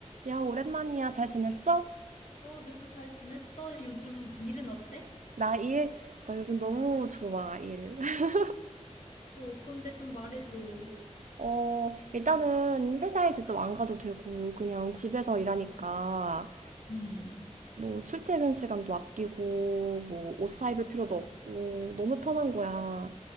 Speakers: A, on the right; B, on the left.
A: 야, 오랜만이야. 잘 지냈어?
B: 어, 너도 잘 지냈어? 요즘 일은 어때?
A: 나 일, 나 요즘 너무 좋아, 일. <laughs>
B: 뭐 어떤데 좀 말해줘.
A: 어, 일단은 회사에 직접 안 가도 되고, 그냥 집에서 일하니까,
B: 음.
A: 뭐, 출퇴근 시간도 아끼고, 뭐, 옷 사입을 필요도
B: 어,
A: 없고, 너무 편한 거야.